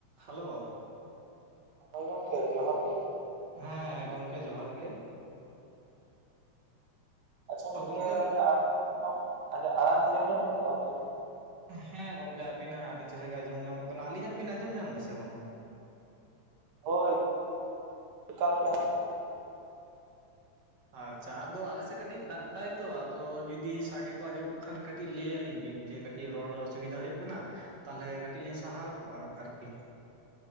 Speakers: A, on the right; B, on the right.
A: Hello
B: ᱦᱚᱭ ᱜᱚᱝᱠᱮ ᱡᱚᱦᱟᱨ ᱜᱮ᱾
A: ᱦᱮᱸ ᱜᱚᱢᱠᱮ ᱡᱚᱦᱟᱨ ᱜᱮ᱾
B: ᱟᱪᱪᱷᱟ ᱜᱚᱝᱠᱮ
A: ᱛᱚ ᱜᱚᱢᱠᱮ
B: ᱟᱹᱞᱤᱧᱟᱜ ᱟᱲᱟᱝ <inaudible> ᱧᱚᱜᱚᱜ ᱠᱟᱱᱟ ᱜᱚᱝᱠᱮ?
A: ᱦᱮᱸ ᱜᱚᱝᱠᱮ ᱟᱵᱤᱱᱟᱜ ᱟᱹᱰᱤ ᱪᱮᱦᱨᱟ ᱜᱮ ᱟᱸᱡᱚᱢ ᱧᱟᱢᱚᱜ ᱠᱟᱱᱟ ᱟᱞᱤᱧᱟᱜ ᱵᱤᱱ ᱟᱸᱡᱚᱢ ᱧᱟᱢ ᱫᱟ ᱥᱮ ᱵᱟᱝᱟ?
B: ᱦᱳᱭ ᱮᱠᱟᱞ ᱠᱤ ‌ᱟᱨ ᱼᱼ
A: ᱟᱪᱪᱷᱟ ᱟᱫᱚ ᱟᱞᱮ ᱥᱮᱜ ᱠᱟᱹᱴᱤᱡ ᱫᱟᱜ ᱫᱟᱭ ᱛᱚ ᱟᱫᱚ ᱡᱩᱫᱤ ᱥᱟᱰᱮ ᱠᱚ ᱟᱸᱡᱚᱢᱚᱜ ᱠᱷᱟᱱ ᱠᱟᱴᱼᱼ ᱴᱤᱡ ᱞᱟᱹᱭᱟ ᱞᱤᱧ ᱵᱤᱱ ᱡᱮ ᱠᱟᱴᱤᱡ ᱨᱚᱲ ᱨᱮ ᱚᱥᱩᱵᱤᱫᱟ ᱦᱩᱭᱩᱜ ᱠᱟᱱᱟ ᱛᱟᱦᱚᱞᱮ ᱠᱟᱹᱴᱤᱡ ᱞᱤᱧ ᱥᱟᱦᱟᱣ ᱠᱚᱜ-ᱟ ᱟᱨᱠᱤ᱾